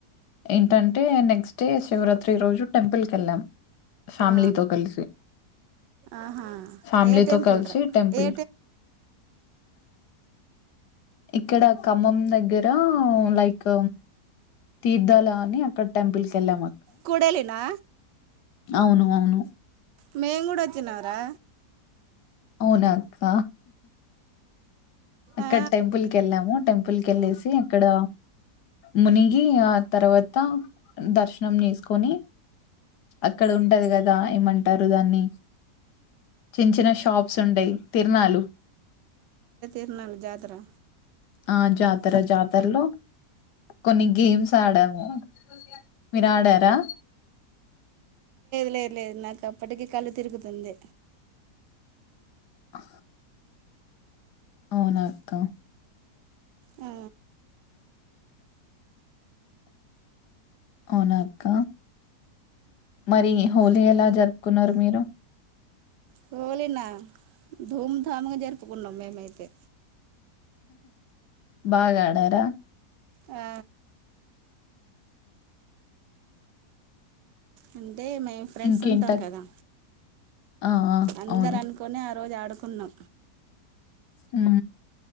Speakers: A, on the left; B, on the right.
A: ఏంటంటే నెక్స్ట్ డే శివరాత్రి రోజు టెంపుల్ క వెళ్ళాం ఫ్యామిలీతో
B: ఆ
A: కలిసి
B: ఆహా
A: ఫ్యామిలీతోో
B: ఏ టెంపుల్
A: కలిసి
B: రా
A: టెంపుల్
B: ఏ
A: ఇక్కడ ఖమ్మం దగ్గర లైక్ తీర్థాల అని అక్కడ టెంపుల్ క వెళ్ళాం
B: కూడేలినా
A: అవును అవును
B: మే కూడాడ చిినవరా
A: అవునాక్క అక్కడ
B: ఆ
A: టెంపుల్ క వెళ్ళాము టెంపుల్ క వెళ్ళేసి అక్కడ మునిగి ఆ తర్వాత దర్శనం చేేసుకొని అక్కడ ఉంటది కదా ఏమంటారు దాన్ని చిన్న చిన్న షాప్స్ ఉండయి తిరనాాలు
B: తరునాలు జాతరా
A: ఆ జాతర జాతరలో కొన్ని గేమ్స్ ఆడాము విరాడరా
B: లే లేదు నాకు అప్పటికీ కళ్ళు తిరుగుతుంది
A: ఆ అవునక్క
B: ఆ
A: అవునాక్క మరి హోలీ ఎలా జరుపుకున్నారు మీరు
B: పోోలేనా ధూమ్ధామ్ జరుపుకుడున్నా మేమతే
A: బాగా ఆడార
B: ఆ అంటే మేము ఫ్రెండ్స్
A: ఇంకేంట
B: ఉంటాం కదా
A: ఆ ఆ
B: అందరు
A: అవును
B: అనుకుని రోజు ఆడుకున్నా
A: అ